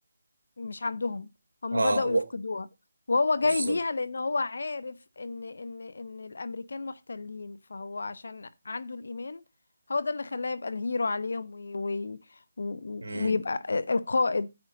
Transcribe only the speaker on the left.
مش عندهم هم
بدأوا
يفقدوها وهو جاي
بيها لأن هو عارف إن إن إن الأمريكان محتلين فهو عشان عنده الإيمان هو ده اللي خلاه يبقى الهيرو عليهم وي وي و-
ويبقى القائد